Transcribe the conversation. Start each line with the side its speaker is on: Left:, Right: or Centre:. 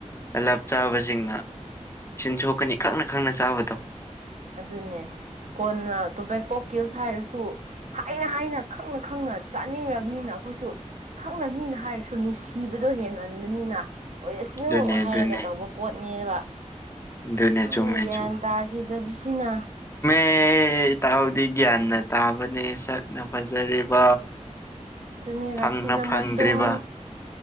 Left: ꯇꯂꯞ ꯆꯥꯕꯁꯤꯡꯅ ꯆꯤꯟꯁꯣꯛꯀꯅꯤ ꯈꯪꯅ ꯈꯪꯅ ꯆꯥꯕꯗꯣ
Right: ꯑꯗꯨꯅꯦ ꯀꯣꯟꯅ ꯇꯣꯕꯦꯀꯣ ꯀꯤꯜꯁ ꯍꯥꯏꯔꯁꯨ ꯍꯥꯏꯅ ꯍꯥꯏꯅ ꯈꯪꯅ ꯈꯪꯅ ꯆꯥꯅꯤꯡꯉꯕꯅꯤꯅ ꯑꯩꯈꯣꯏꯖꯨ ꯈꯪꯅ ꯃꯤꯅ ꯍꯥꯏꯔꯁꯨ ꯅꯨꯡꯁꯤꯕꯗꯣ ꯍꯦꯟꯃꯟꯕꯅꯤꯅ ꯑꯣꯏꯔꯁꯅꯨ
Left: ꯑꯗꯨꯅꯦ
Right: ꯍꯥꯏꯔꯒ
Left: ꯑꯗꯨꯅꯦ
Right: ꯇꯧꯕ ꯄꯣꯠꯅꯦꯕ
Left: ꯑꯗꯨꯅꯦ
Right: ꯅꯪꯅ
Left: ꯆꯨꯝꯃꯦ
Right: ꯒꯌ꯭ꯥꯟ ꯇꯥꯈꯤꯗꯕꯤꯁꯤꯅ
Left: ꯑꯦ ꯇꯥꯍꯧꯗꯤ ꯒ꯭ꯌꯥꯥꯟꯅ ꯇꯥꯕꯅꯦ ꯁꯛ ꯅ ꯐꯖꯔꯤꯕ
Right: ꯑꯗꯨꯅꯦ
Left: ꯐꯪꯅ
Right: ꯔꯥꯁꯤꯅ
Left: ꯐꯪꯗ꯭ꯔꯤꯕ
Right: ꯃꯇꯨꯡ